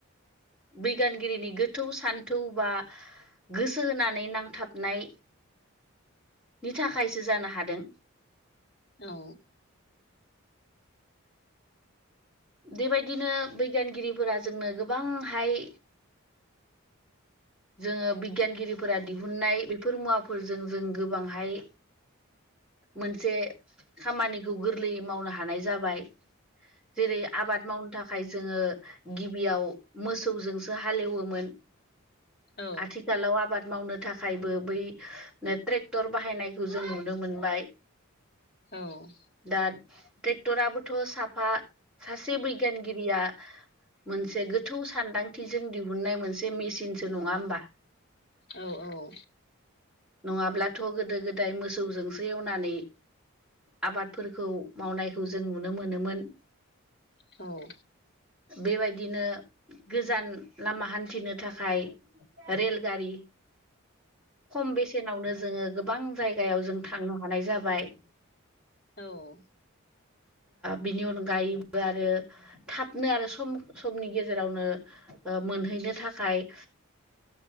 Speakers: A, in the centre; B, on the left (about 50°).
A: बिगियानगिरिनि गोथौ सान्थौ बा गोसो होनानै नांथाबनाय नि थाखायसो जानो हादों
B: औ
A: बेबायदिनो बिगियानगिरिफोरा जोंनो गोबांहाय जोङो बिगियानगिरिफोरा दिहुननाय बेफोर मुवाफोरजों जों गोबांहाय मोनसे खामानिखौ गोरलैयै मावनो हानाय जाबाय जेरै आबाद मावनो था खाय जोङो गिबियाव मोसौजोंसो हालेवोमोन
B: औ
A: आथि खालाव आबाद मावनो थाखायबो बै ट्रेक्टर बाहायनायखौ जों नुनो मोनबाय
B: औ
A: दा ट्रेक्टराबोथ' साफा सासे बिगियानगिरिया मोनसे गोथौ सानदांथिजों दिहुननाय मोनसे मेचिनसो नङा होमबा?
B: औ औ
A: नङाब्लाथ' गोदो गोदाय मोसौजोंसो एवनानै आबादफोरखौ मावनायखौ जों नुनो मोनोमोन
B: औ
A: बेबायदिनो गोजान लामा हान्थिनो थाखाय रेलगारि खम बेसेनावनो जोङो गोबां जायगायाव जों थांनो हानाय जाबाय
B: औ
A: बिनि अनगायैबो आरो थाबनो आरो सम समनि गेजेरावनो ओ मोनहैनो थाखाय